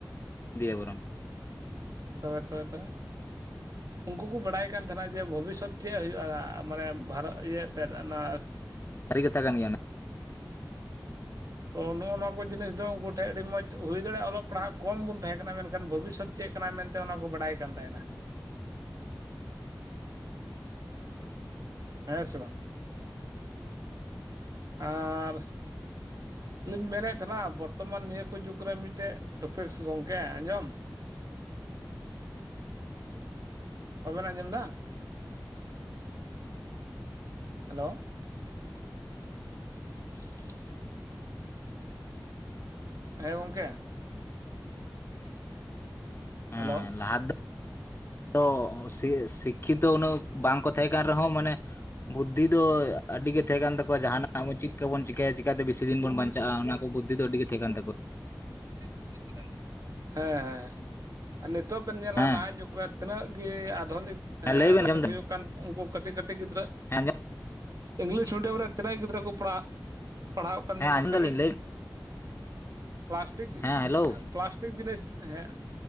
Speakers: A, on the left; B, on the right.
A: ᱤᱫᱤᱭᱟ ᱵᱚᱨᱚᱝ᱾
B: ᱛᱚᱵᱮ ᱛᱚᱵᱮ ᱛᱚᱵᱮ ᱩᱱᱠᱩ ᱠᱚ ᱵᱟᱲᱟᱭ ᱠᱟᱱ ᱛᱟᱦᱮᱱᱟ ᱡᱮ ᱵᱷᱚᱵᱤᱥᱚᱛ ᱪᱮᱫ ᱦᱩᱭᱩᱜ-ᱟ ᱢᱟᱱᱮ ᱵᱷᱟᱨᱚᱜ ᱤᱭᱟᱹ ᱛᱮᱫ ᱚᱱᱟ
A: ᱥᱟᱨᱤ ᱠᱟᱛᱷᱟ ᱠᱟᱱ ᱜᱮᱭᱟ ᱚᱱᱟ
B: ᱛᱚ ᱱᱚᱜᱚ ᱱᱚᱣᱟ ᱠᱚ ᱡᱤᱱᱤᱥ ᱫᱚ ᱩᱱᱠᱩ ᱴᱷᱮᱱ ᱟᱹᱰᱤ ᱢᱚᱸᱡᱽ ᱦᱩᱭ ᱫᱟᱲᱮᱭᱟᱜ-ᱟ ᱚᱞᱚᱜ ᱯᱟᱲᱦᱟᱜ ᱠᱚᱢ ᱵᱚᱱ ᱛᱟᱦᱮᱸ ᱠᱟᱱᱟ ᱢᱮᱱᱠᱷᱟᱱ ᱵᱷᱚᱵᱤᱥᱥᱚᱛ ᱪᱮᱫ ᱠᱟᱱᱟ ᱢᱮᱱᱛᱮ ᱚᱱᱟ ᱠᱚ ᱵᱟᱰᱟᱭ ᱠᱟᱱ ᱛᱟᱦᱮᱱᱟ᱾ ᱦᱮᱸ ᱥᱮ ᱵᱟᱝ? ᱟᱨ ᱟᱹᱞᱤᱧ ᱢᱮᱱᱮᱫ ᱛᱟᱦᱮᱱᱟ ᱵᱚᱨᱛᱚᱢᱟᱱ ᱱᱤᱭᱟᱹ ᱠᱚ ᱡᱩᱜᱽ ᱨᱮ ᱢᱤᱫᱴᱮᱜ ᱴᱩᱯᱤᱠᱥ ᱜᱚᱢᱠᱮ ᱟᱸᱡᱚᱢ᱾
A: <inaudible>
B: ᱵᱟᱵᱮᱱ ᱟᱸᱡᱚᱢ ᱫᱟ? ᱦᱮᱞᱳ᱾ <inaudible> ᱦᱮᱸ ᱜᱚᱝᱠᱮ᱾
A: ᱦᱮᱸ
B: ᱦᱮᱞᱳ
A: ᱞᱟᱦᱟ ᱫᱚ ᱥᱤᱠᱠᱷᱤᱛᱚ ᱩᱱᱟᱹᱜ ᱵᱟᱝ ᱠᱚ ᱛᱟᱦᱮᱸ ᱠᱟᱱ ᱨᱮᱦᱚᱸ ᱢᱟᱱᱮ ᱵᱩᱫᱽᱫᱷᱤ ᱫᱚ ᱟᱹᱰᱤ ᱜᱮ ᱛᱟᱦᱮᱸ ᱠᱟᱱ ᱛᱟᱠᱚᱣᱟ ᱡᱟᱦᱟᱱᱟᱜ ᱟᱵᱚ ᱪᱮᱫ ᱠᱟᱵᱚᱱ ᱪᱤᱠᱟᱭᱟ ᱪᱮᱠᱟᱛᱮ ᱵᱮᱥᱤ ᱫᱤᱱ ᱵᱚᱱ ᱵᱟᱧ? ᱪᱟᱜᱟ ᱚᱱᱟ ᱠᱚ ᱵᱩᱫᱽᱫᱷᱤ ᱫᱚ ᱟᱹᱰᱤ ᱜᱮ ᱛᱟᱦᱮᱸ ᱠᱟᱱ ᱛᱟᱠᱚᱣᱟ ᱾
B: <inaudible> ᱦᱮᱸ ᱦᱮᱸ᱾ ᱟᱨ ᱱᱤᱛᱚᱜ ᱵᱮᱱ ᱧᱮᱞᱟ
A: ᱦᱮᱸ
B: ᱱᱟᱦᱟᱜ ᱡᱩᱜᱽ ᱨᱮ ᱛᱤᱱᱟᱹᱜ ᱜᱮ ᱟᱫᱷᱩᱱᱤᱠ ᱦᱮᱸ
A: ᱞᱟᱹᱭ
B: ᱟᱫᱷᱩᱱᱤᱠ
A: ᱵᱮᱱ ᱟᱸᱡᱚᱢ ᱫᱟᱹᱧ
B: ᱦᱩᱭᱩᱜ ᱠᱟᱱ ᱩᱱᱠᱩ ᱠᱟᱹᱴᱤᱡ ᱠᱟᱹᱴᱤᱡ ᱜᱤᱫᱽᱨᱟᱹ
A: ᱦᱮᱸ ᱟᱸᱡᱚᱢ
B: ᱤᱝᱞᱤᱥ ᱢᱤᱰᱤᱭᱟᱢ ᱨᱮ ᱛᱤᱱᱟᱹᱜ ᱜᱤᱫᱽᱨᱟᱹ ᱠᱚ ᱯᱟᱲᱦᱟᱜ ᱯᱟᱲᱦᱟᱣ ᱠᱟᱱ
A: ᱦᱮᱸ
B: ᱧᱮᱞ ᱢᱮ
A: ᱟᱸᱡᱚᱢ
B: ᱠᱷᱟᱹᱞᱤ
A: ᱫᱟᱞᱤᱧ ᱞᱟᱹᱭ ᱵᱮᱱ
B: ᱠᱮᱞᱟᱥ ᱴᱤᱠ
A: ᱦᱮᱸ ᱦᱮᱞᱳ
B: ᱯᱞᱟᱥᱴᱤᱠ ᱡᱤᱱᱤᱥ ᱦᱮᱸ